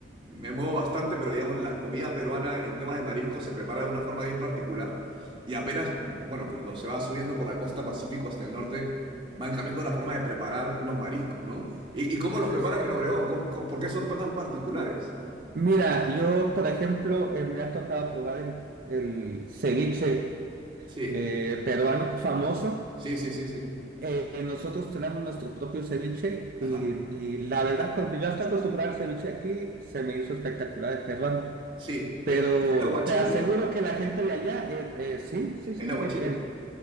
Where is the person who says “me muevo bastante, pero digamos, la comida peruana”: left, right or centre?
Right